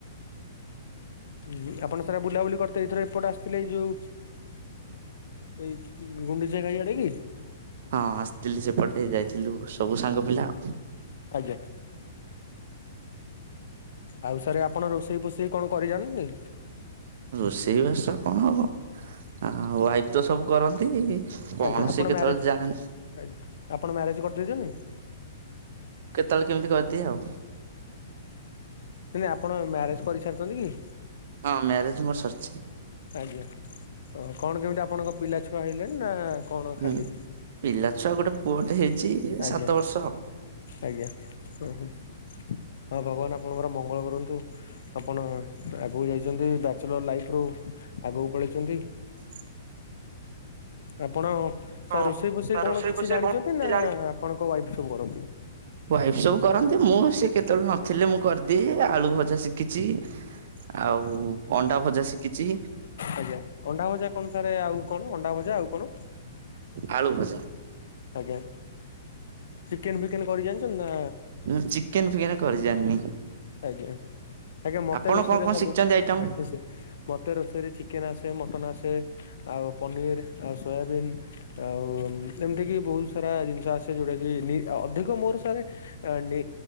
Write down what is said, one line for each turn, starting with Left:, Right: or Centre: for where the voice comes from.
Left: ହୁଁ ଆପଣ ସାର ଆଉ ବୁଲାବୁଲି କରି ତ ଏଇଥର ଏପଟ ଆସିଥିଲେ ଏଇ ଯୋଉ, ଏଇ ଗୁଣ୍ଡିଚଆ ଖାଇ ଆଡେ କି?
Right: ହଁ ଆସିଥିଲି ସେପଟେ ଯାଇଥିଲୁ, ସବୁ ସାଙ୍ଗ ପିଲା।
Left: ଆଜ୍ଞା। ଆଉ ସାରେ ଆପଣ ରୋଷେଇ ପୋଷେଇ କଣ କରିଜାଣନି?
Right: ରୋଷେଇବାସ କଣ, ଅ ୱାଇଫ୍ ତ ସବୁ କରନ୍ତି। କଣ
Left: ଆଜ୍ଞା ଆପଣ
Right: ସେ କେତେବେଳେ
Left: ମ୍ୟାରେଜ,
Right: ଯାଆନ୍ତି
Left: ଆଜ୍ଞା। ଆପଣ ମ୍ୟାରେଜ କରିଦେଇଛନ୍ତି?
Right: କେତେବେଳେ କେମିତି କରିଦିଏ ଆଉ।
Left: ନାଇ ଆପଣ ମ୍ୟାରେଜ କରିସାରିଛନ୍ତି କି?
Right: ହଁ ମ୍ୟାରେଜ ମୋର ସରିଛି।
Left: ଆଜ୍ଞା। କଣ କେମିତି ଆପଣଙ୍କ ପିଲାଛୁଆ ହେଲେଣିି ନା କଣ ଖାଲି
Right: ହୁଁ। ପିଲା ଛୁଆ ଗୋଟେ ପୁଅଟେ ହେଇଛି, ଏ
Left: ଆଜ୍ଞା
Right: ସାତ ବର୍ଷ।
Left: ଆଜ୍ଞା। ଁ ହୁଁ। ହଉ ଭଗବାନ ଆ ଆପଣଙ୍କର ମଙ୍ଗଳ କରନ୍ତୁ। ଆପଣ ଆଗକୁ ଯାଇଛନ୍ତି, ବ୍ୟାଚଲର ଲାଇଫ୍ ରୁ ଆଗକୁ ପଳେଇଛନ୍ତି।
Right: <inaudible>
Left: ଆପଣ,
Right: ହଁ
Left: ସାର୍ ରୋଷେଇ ଫୋଷେଇ
Right: ତା
Left: କଣ
Right: ରୋଷେଇ
Left: କିଛି
Right: ଫୋଷେଇ
Left: ଜାଣିଛନ୍ତି
Right: କଣ କିଛି
Left: ନା ଆପଣଙ୍କ ୱାଇଫ ସବୁ କରନ୍ତି?
Right: ୱାଇଫ ସବୁ କରନ୍ତି, ମୁଁ ସେ କେତେବେଳେ ନଥିଲେ ମୁଁ କରିଦିଏ। ଆଳୁ ଭଜା ଶିଖିଛି ଆଉ ଅଣ୍ଡା ଭଜା ଶିଖିଛି।
Left: ଆଜ୍ଞା ଅଣ୍ଡା ଭଜା କଣ ସାରେ ଆଉ କଣ? ଅଣ୍ଡା ଭଜା ଆଉ କଣ?
Right: ଆଳୁ ଭଜା।
Left: ଆଜ୍ଞା। ଚିକେନ ଫିକେନ କରି ଜାଣିଛନ୍ତି ନା?
Right: ମୁଁ ଚିକେନ ଫିକେନ କରି ଜାଣିନି।
Left: ଆଜ୍ଞା। ଆଜ୍ଞା ମତେ
Right: ଆପଣ
Left: ରୋଷେଇରେ
Right: କଣ କଣ
Left: ସବୁ
Right: ଶିଖିଛନ୍ତି ଆଇଟମ?
Left: ଆ ସେ। ମତେ ରୋଷେଇରେ ଚିକେନ ଆସେ ମଟନ ଆସେ ଆଉ ପନିର ଆଉ ସୋୟାବିନ୍। ଆଉ ଏମିତି କିି ବହୁତ ସାରା ଜିନିଷ ଆସେ ଯୋଉଟା କି ନି, ଅଧିକ ମୋର ସାରେ ଏ ନି